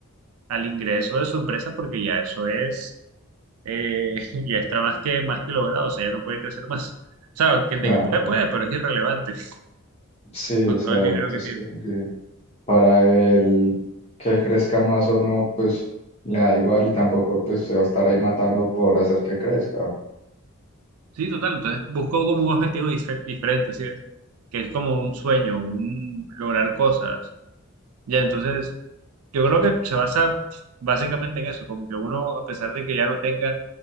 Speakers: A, on the right; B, on the left.
A: al ingreso de su empresa porque ya eso es, eh, <laughs> ya está más que, más que logrado, o sea, ya no puede crecer más. O sea, que- de
B: Claro,
A: que puede, puede, pero es irrelevante <laughs>
B: sí,
A: con
B: o sea,
A: todo el dinero
B: entonces
A: que tiene.
B: como que para él que crezca más o no, pues le da igual y tampoco pues se va a estar ahí matando por hacer que crezca.
A: Sí, total. Entonces busco como un objetivo dife- diferente, ¿sí ves? Que es como un sueño, un lograr cosas. Ya, entonces yo creo que se basa básicamente en eso, como que uno, a pesar de que ya no tenga